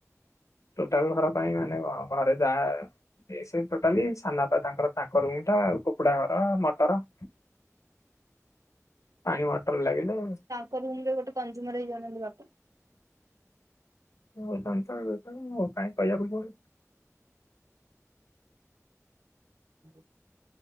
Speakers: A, on the left; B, on the right.
A: ଟୋଟାଲ ଘର ପାଇଁ ମାନେ ଘରେ ଯାହା ଏ ସେ ଟୋଟାଲି ସାନ ବାପା ତାଙ୍କର ତାଙ୍କ ରୁମଟା ଆଉ କୁକୁଡା ଘର ମଟର ପାଣି ମଟର ଲାଗିଲେ
B: ଗଟେ କଂଜୁର ହେଇ ଜଣନ୍ତି ବାପା।
A: ଞ୍ଚଳ କାଇହିଁ କହିବାକୁ ଯ
B: <unintelligible>